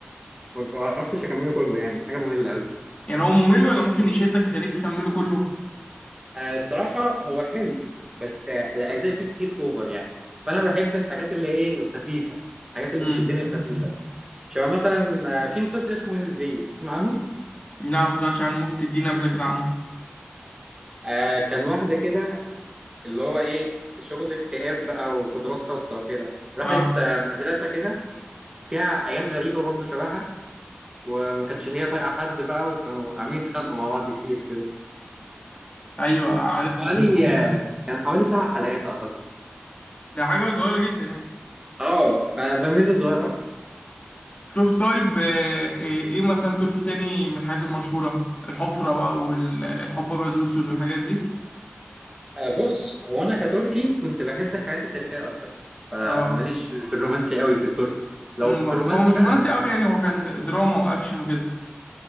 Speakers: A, on the right; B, on the left.
A: ما عرفتش اكمله كله يعني حاجه ممله قوي
B: يعني هو ممل ولا ممكن يشدك يخليك تكمله كله
A: آه الصراحه هو حلو بس آه الاجزاء فيه كتير اوفر يعني فانا بحب الحاجات اللي ايه الخفيفه الحاجات اللي
B: امم
A: تشدني الخفيفه شبه مثلا آه في مسلسل اسمه وين ازاي تسمع عنه
B: لا ما سمعتش عنه ممكن تديني نبذه كده عنه
A: آه كان واحده كده اللي هو ايه شغل اكتئاب بقى وقدرات خاصه وكده راحت
B: اه
A: آه مدرسه كده فيها عيال غريبه برضه شبهها وما كانتش هي طايقه حد بقى وكانوا عاملين يتخانقوا مع بعض كتير كده
B: ايوه عرفته
A: حوالي
B: الجو
A: كان حوالي سبع حلقات أعتقد
B: ده حاجة صغيرة جدا يعني
A: أه فبميل للصغير أكتر
B: شفت طيب آه، ايه إيه مثلا تركي تاني من الحاجات المشهورة الحفرة بقى والحب ابيض واسود والحاجات دي
A: آه، بص هو أنا كتركي كنت بحب الحاجات التاريخية أكتر فماليش
B: اه
A: في الرومانسي قوي في التركي لو
B: أمم،
A: في
B: هو
A: رومانسي
B: مش
A: بقى
B: رومانسي قوي يعني هو كان د- دراما واكشن وكده